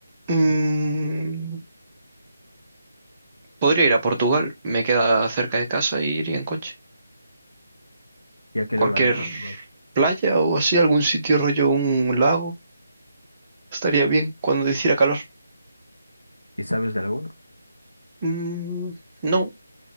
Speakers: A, on the right; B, on the left.
A: mm, podría ir a Portugal, me queda cerca de casa y iría en coche.
B: ¿Y a qué
A: Cualquier
B: lugar en Portugal?
A: playa o así, algún sitio rollo, un lago, estaría bien cuando hiciera calor.
B: ¿Y sabes de alguno?
A: Mm, no,